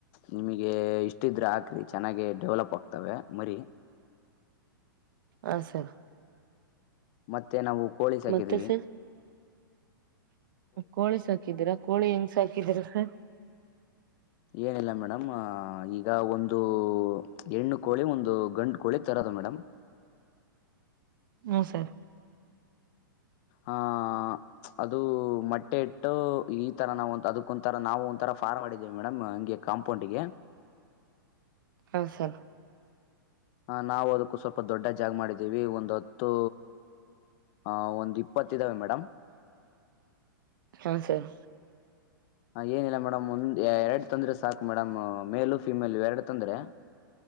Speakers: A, on the left; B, on the right.
A: ನಿಮಿಗೆ ಇಷ್ಟಿದ್ರೆ ಹಾಕ್ರಿ ಚೆನ್ನಾಗೆ ಡೆವಲಪ್ ಆಗ್ತವೆ ಮರಿ.
B: ಹ ಸರ್.
A: ಮತ್ತೆ ನಾವು ಕೋಳಿ ಸಾಕಿದೀವಿ
B: ಮತ್ತೆ ಸರ್ ಕೋಳಿ ಸಾಕಿದೀರಾ ಕೋಳಿ ಹೆಂಗ್ ಸಾಕಿದೀರ ಸರ್.
A: ಏನಿಲ್ಲ ಮೇಡಮ್ ಈಗ ಒಂದು ಹೆಣ್ಣು ಕೋಳಿ ಒಂದು ಗಂಡು ಕೋಳಿ ತರೋದ ಮೇಡಮ್.
B: ಹ್ಮ್ ಸರ್.
A: ಆ ಅದು ಮೊಟ್ಟೆ ಇಟ್ಟು ಈ ತರ ನಾವಂತ್ ಅದಕ್ಕೊಂತರ ನಾವು ಒಂಥರ. ಫಾರ್ಮ್ ಮಾಡಿದ್ದೇವಿ ಮೇಡಮ್ ಹಂಗೆ ಕಾಂಪೌಂಡ್ಗೆ. <unintelligible>
B: ಹು ಸರ್.
A: ಹ ನಾವು ಅದಕ್ಕೂ ಸ್ವಲ್ಪ ದೊಡ್ಡ ಜಾಗ ಮಾಡಿದ್ದೀವಿ ಒಂದ್ ಹತ್ತು ಅ ಒಂದ್. ಇಪ್ಪತ್ ಇದಾವೆ ಮೇಡಮ್.
B: ಹಾ ಸರ್
A: ಹಾ ಏನಿಲ್ಲ ಮೇಡಮ್ ಒಂದ್ ಎರಡು ತಂದ್ರೆ ಸಾಕು ಮೇಡಮ್ ಮೇಲು ಫಿಮೇಲು ಎರಡು ತಂದ್ರೆ.